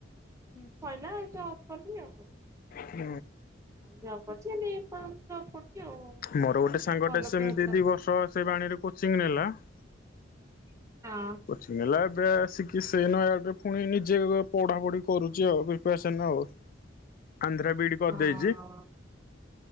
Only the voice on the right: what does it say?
ଶଇଲା ଜବ୍ କଲି ଆଉ।
ଜବ୍ କରିଛି ଏବେ ଜବ୍ କରୁଛି ଆଉ ଟିକେ
ଭଲ
ବେହେତର
ହଁ
ହଁ